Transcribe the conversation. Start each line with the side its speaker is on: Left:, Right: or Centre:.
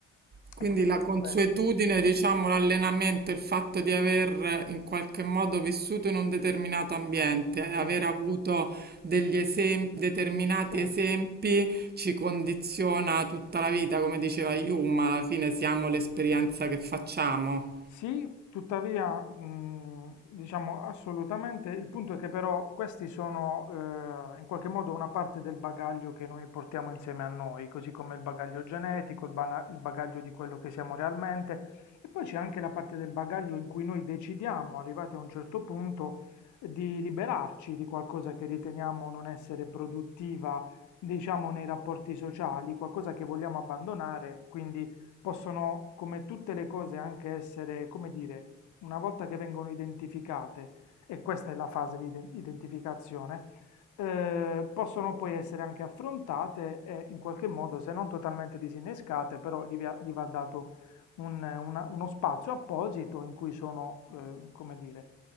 Right: Quindi
Left: E quindi
Right: la consuetudine,
Left: questo,
Right: diciamo, l'allenamento, il fatto di aver eh, in qualche modo vissuto in un determinato ambiente, eh, aver
Left: sì,
Right: avuto degli esem- determinati
Left: sì.
Right: esempi, ci condiziona tutta la vita, come diceva Hume, alla fine siamo l'esperienza che facciamo.
Left: Sì, tuttavia, mh, diciamo assolutamente, il punto è che però questi sono eh, in qualche modo una parte del bagaglio che noi portiamo insieme a noi, così come il bagaglio genetico, il, bana- il bagaglio di quello che siamo realmente, e poi c'è anche la parte del bagaglio in cui noi decidiamo, arrivati a un certo punto, di liberarci di qualcosa che riteniamo non essere produttiva, diciamo, nei rapporti sociali, qualcosa che vogliamo abbandonare, quindi possono, come tutte le cose, anche essere, come dire, una volta che vengono identificate, e questa è la fase di iden- identificazione, eh, possono poi essere anche affrontate e in qualche modo, se non totalmente disinnescate, però gli va, gli va dato un- una- uno spazio apposito in cui sono, eh, come dire,